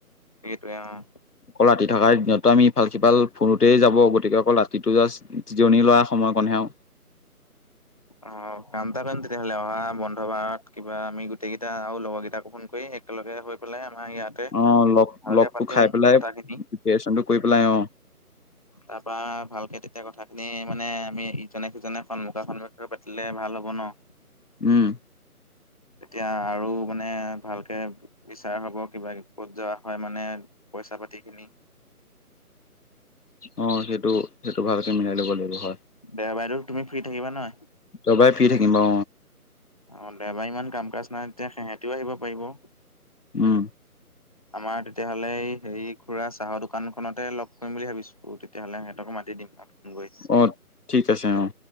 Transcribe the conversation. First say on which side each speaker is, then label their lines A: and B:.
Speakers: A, on the left; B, on the left.
A: সেইটোৱে অ
B: অকল ৰাতি থকাৰ দিনত তো আমি ভাল সিফাল ফুৰোতেই যাব গতিকে অকল ৰাতিটো জাষ্ট জি জিৰণি লোৱা সময়কণহে আও
A: অ অ কাম এটা কৰিম তেতিয়াহ'লে অহা বন্ধ বাৰত কিবা আমি গোটেই কেইটা আৰু লগৰ কেইটাকো ফোন কৰি হে একেলগে হৈ পেলাই আমাৰ ইয়াতে
B: অ লগ
A: ভালকে
B: লগটো
A: পাতিও
B: খাই পেলাই
A: কথাখিনি
B: প্ৰিপেৰেচনটো কৰি পেলাই অ
A: তাৰ পা ভালকে তেতিয়া কথা খিনি মানে আমি ইজনে সিজনে সন্মুখা সন্মুখী ৰো পাতিলে ভাল হ'ব ন
B: উম
A: তেতিয়া আৰু মানে ভালকে বিচাৰ হব কিবা ক'ত যোৱা হয় মানে পইচা পাতি খিনি
B: অ সেইটো সেইটো ভালকে মিলাই ল'ব লাগিব হয়।
A: দেওবাইদেউ তুমি ফ্ৰী থাকিবা নাই
B: দেওবাৰে ফ্ৰি থাকিম অ
A: অ দেওবাৰ ইমান কাম কাজ নাই তেতিয়া সিহঁতিও আহিব পাৰিব।
B: উম।
A: <inaudible> আমাৰ তেতিয়াহ'লে এ হেৰি খুৰা চাহৰ দোকানখনতে লগ কৰিম বুলি ভাবিছো তেতিয়াহ'লে সিহঁতক মাতি দিম মই ফোন কৰি।
B: অঁ ঠিক আছে অঁ